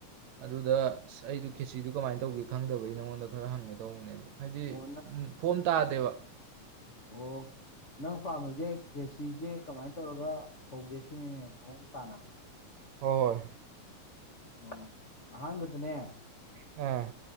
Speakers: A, on the right; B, on the left.
A: ꯑꯗꯨꯗ ꯑꯁ ꯑꯩꯗꯨ ꯈꯦꯠꯆꯤꯗꯨ ꯀꯃꯥꯏꯅ ꯇꯧꯒꯦ ꯈꯪꯗꯕꯩ ꯅꯪꯉꯣꯟꯗ ꯈꯔ ꯍꯪꯒꯦ ꯇꯧꯕꯅꯦꯕ ꯍꯥꯏꯗꯤ
B: ꯑꯣ
A: ꯎꯝ ꯐꯣꯝ ꯇꯥꯗꯦꯕ
B: ꯑꯣꯍꯣ ꯅꯪ ꯄꯥꯝꯃꯤꯁꯦ ꯈꯦꯆ꯭ꯔꯤꯖꯦ ꯀꯃꯥꯏꯅ ꯇꯧꯔꯒ ꯍꯧꯒꯦ ꯁꯤꯅꯤꯅꯦ ꯃꯑꯣꯡ ꯇꯥꯅ
A: ꯍꯣ ꯍꯣꯏ
B: ꯑꯣ ꯑꯍꯥꯟꯕꯗꯅꯦ
A: ꯑꯥ